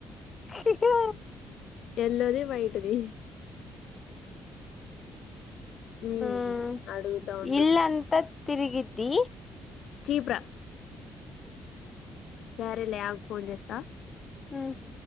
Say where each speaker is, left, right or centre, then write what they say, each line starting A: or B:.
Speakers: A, on the left; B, on the left.
A: చీకెన్
B: ఎల్లోది వైట్ అది ఉమ్
A: హ్మ్
B: అడుగుతా ఉండు
A: ఇల్లంత తిరిగిద్దీ
B: చిబ్రా సరేలే ఆగు ఫోన్ చేస్తా
A: హ్మ్